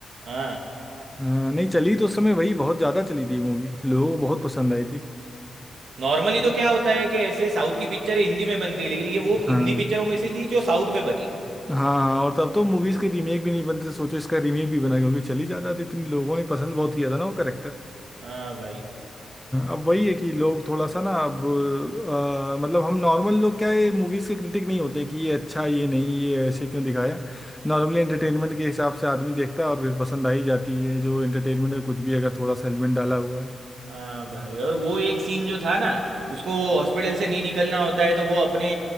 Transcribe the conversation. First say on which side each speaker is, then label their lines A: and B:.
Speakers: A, on the right; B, in the centre.
A: हाँ
B: अ, नहीं चली तो उस समय वही बहुत ज़्यादा चली थी मूवी लोगों को बहुत पसंद आई थी
A: नॉर्मली तो क्या होता है कि ऐसे साउथ की पिक्चर हिंदी में बनती है लेकिन ये वो हिंदी
B: हाँ
A: पिक्चरों में से थी जो साउथ में बनी
B: हाँ और तब तो मूवीज के रीमेक भी नहीं बनते तो सोचो इसका रीमेक भी बना क्योंकि चली जाता था इतनी लोगों ने पसंद बहुत किया था ना वो करेक्टर
A: हाँ भाई
B: अब वही है कि लोग थोड़ा सा ना अब अ, मतलब हम नॉर्मल लोग क्या है मूवीज के क्रिटिक नहीं होते कि ये अच्छा ये नहीं ये ऐसे क्यों दिखाया नॉर्मली एंटरटेनमेंट के हिसाब से आदमी देखता है और फिर पसंद आ ही जाती है जो एंटरटेनमेंट में कुछ भी अगर थोड़ा सा एलिमेंट डाला हुआ है
A: हाँ भाई और वो एक सीन जो था ना उसको हॉस्पिटल से नहीं निकलना होता है तो वो अपने